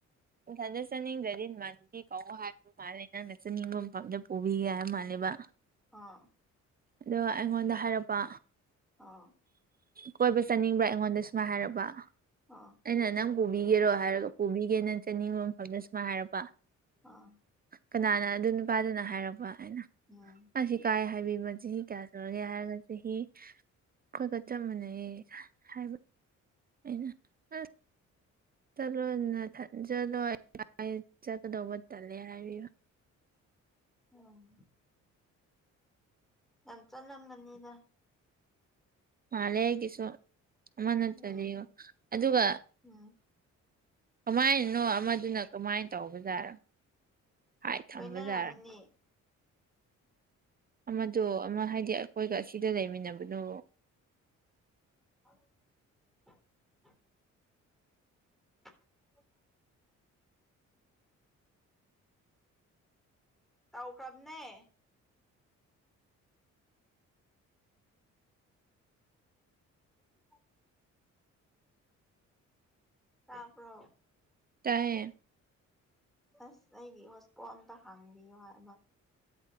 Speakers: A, on the right (about 30°); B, in the centre.
A: ꯃꯊꯟꯗ ꯆꯠꯅꯤꯡꯗ꯭ꯔꯗꯤ ꯏꯃꯥꯟꯅꯕꯤ ꯀꯧꯑꯣ ꯍꯥꯏꯕ ꯃꯥꯜꯂꯦ ꯅꯪꯅ ꯆꯅꯤꯡꯕ ꯃꯐꯝꯗ ꯄꯨꯕꯤꯒꯦ ꯍꯥꯏꯕ ꯃꯥꯜꯂꯦꯕ
B: ꯑꯥ
A: ꯑꯗꯣ ꯑꯩꯉꯣꯟꯗ ꯍꯥꯏꯔꯛꯄ
B: ꯑꯥ
A: ꯀꯣꯏꯕ ꯆꯠꯅꯤꯡꯕ꯭ꯔꯥ ꯑꯩꯉꯣꯟꯗ ꯁꯨꯃꯥꯏ ꯍꯥꯏꯔꯛꯕ
B: ꯑꯣ
A: ꯑꯩꯅ ꯅꯪ ꯄꯨꯕꯤꯒꯦꯔꯣ ꯍꯥꯏꯔꯒ ꯄꯨꯕꯤꯒꯦ ꯅꯪ ꯆꯠꯅꯤꯡꯕ ꯃꯐꯝꯗ ꯁꯨꯃꯥꯏ ꯍꯥꯏꯔꯛꯄ
B: ꯑꯥ
A: ꯀꯅꯥꯅ ꯑꯗꯨ ꯅꯨꯄꯥꯗꯨꯅ ꯍꯥꯏꯔꯛꯄ ꯍꯥꯏꯅ
B: ꯎꯝ
A: ꯑꯁꯤ ꯀꯥꯏ ꯍꯥꯏꯕꯤꯕ ꯆꯍꯤ ꯀꯌꯥ ꯁꯨꯔꯒꯦ ꯍꯥꯏꯔꯒ ꯆꯍꯤ ꯈꯣꯏꯒ ꯆꯞ ꯃꯥꯟꯅꯩꯌꯦ ꯍꯥꯏꯕ ꯑꯩꯅ ꯑ ꯆꯠꯂꯣ ꯅꯊꯠ ꯆꯠꯂꯣꯏ <unintelligible> ꯆꯠꯀꯗꯧꯕ ꯇꯜꯂꯦ ꯍꯥꯏꯕꯤꯕ
B: ꯎꯝ ꯌꯥꯝ ꯆꯠꯂꯝꯒꯅꯤꯗ
A: ꯃꯥꯜꯂꯦ ꯑꯩꯒꯤꯁꯨ ꯑꯃ ꯅꯠꯇꯗꯤꯌꯣ
B: ꯎꯝ
A: ꯑꯗꯨꯒ
B: ꯎꯝ
A: ꯀꯃꯥꯏꯅꯅꯣ ꯑꯃꯗꯨꯅ ꯀꯃꯥꯏꯟ ꯇꯧꯕꯖꯥꯔ ꯍꯥꯏꯠ ꯊꯝꯕ
B: ꯂꯣꯏꯅꯔꯝꯒꯅꯤ
A: ꯖꯥꯔ ꯑꯃꯗꯣ ꯑꯃ ꯍꯥꯏꯗꯤ ꯑꯩꯈꯣꯏꯒ ꯑꯁꯤꯗ ꯂꯩꯃꯤꯟꯅꯕꯗꯣ
B: ꯑ <inaudible> <inaudible> ꯇꯥꯎꯈ꯭ꯔꯥꯕꯅꯦ <inaudible> ꯇꯥꯕ꯭ꯔꯣ
A: ꯇꯥꯏꯌꯦ
B: ꯑꯁ ꯑꯩꯒꯤ ꯍꯣꯁꯄꯣꯜ ꯑꯝꯇ ꯍꯥꯡꯕꯤꯌꯣ ꯍꯥꯏꯕ